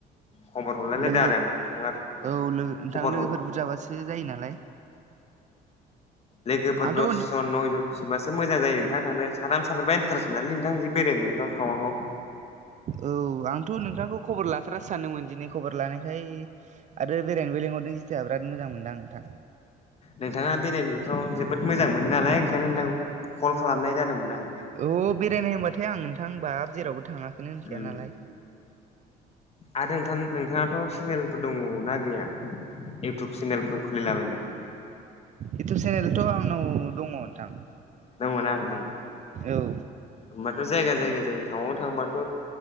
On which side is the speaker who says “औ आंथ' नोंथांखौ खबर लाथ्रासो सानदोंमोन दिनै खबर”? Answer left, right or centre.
Right